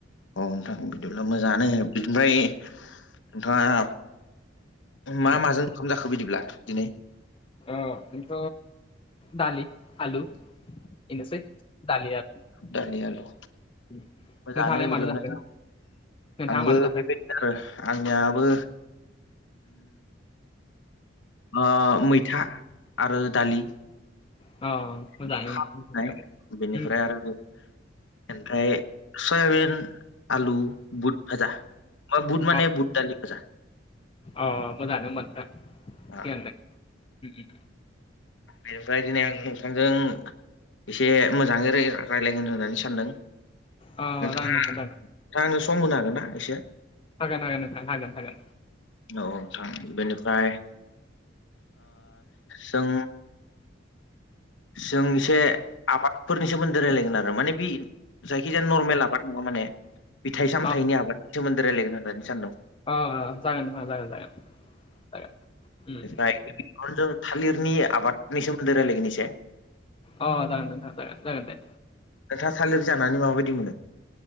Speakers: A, on the left; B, on the left.
A: औ नोंथां बिदिब्ला मोजाङानो बिनिफ्राय नोंथाङा मा
B: उम
A: माजों ओंखाम जाखो बिदिब्ला दिनै
B: अ बेथ' दालि आलु बेनोसै दालि आलु
A: दालि आलु
B: नोंथाङालाय
A: मोजाङानो बिदिबा
B: मादो जाखो
A: नोंथां
B: नोंथाङा
A: आंबो
B: मादो जाखो
A: <unintelligible> आंनियाबो अ मैथा आरो दालि
B: अ मोजाङानो
A: <unintelligible>
B: होमबा नोंथांनियाबो।
A: बिनिफ्राय
B: उम
A: आरो बे ओमफ्राय सयाबिन आलु बुट भाजा मा बुट माने
B: अ
A: बुट दालि फाजा
B: अ मोजाङानो होमबा नोंथां
A: ओ
B: थिगानो दों
A: बेनिफ्राय दिनै आं नोंथांजों एसे मोजाङै रायलायगोन होननानै सानदों
B: अ
A: नोंथाङा
B: जागोन नोंथां
A: नोंथाङा
B: जागोन
A: आंनो सम होनो हागोनना एसे
B: हागोन हागोन नोंथां हागोन हागोन
A: औ औ नोंथां बेनिफ्राय जों जों एसे आबादफोरनि सोमोनदै रायलायगोन आरो माने बे जायखिजाया नरमेल आबाद नङा माने फिथाइ सामथायाइनि
B: अ
A: आबादनि सोमोनदै रायलायगोन होननानै सानदों
B: अ जागोन नोंथां जागोन जागोन
A: ओमफ्राय जों थालिरनि आबादनि सोमोनदै रायलायगोन एसे
B: अ जागोन नोंथां जागोन जागोन दे
A: नोंथाङा थालिर जानानै माबायदि मोनो